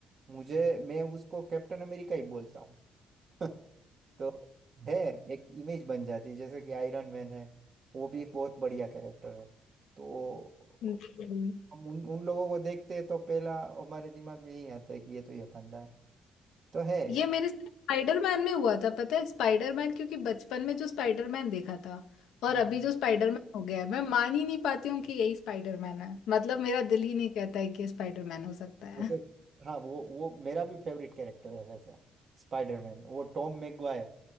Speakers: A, on the right; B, on the left.
A: मुझे मैं उसको कैप्टन अमेरिका ही बोलता हूँ <laughs> तो है एक इमेज बन जाती है जैसे कि आयरन मैन है वो भी एक बहुत बढ़िया कैरेक्टर है तो
B: <laughs>
A: हम उन उन लोगों को देखते हैं तो पहला हमारे दिमाग में यही आता है कि ये तो ये बंदा है तो है
B: ये मेरे साथ स्पाइडरमैन में हुआ था पता है स्पाइडरमैन क्योंकि बचपन में जो स्पाइडरमैन देखा था और
A: हम्म,
B: अभी जो स्पाइडरमैन हो गया है मैं मान ही नहीं पाती हूँ कि यही स्पाइडरमैन है मतलब मेरा दिल ही नहीं कहता है कि ये स्पाइडरमैन हो सकता है
A: वो जो हाँ वो वो मेरा भी फेवरेट कैरेक्टर है वैसा स्पाइडरमैन वो टॉम मैगवायर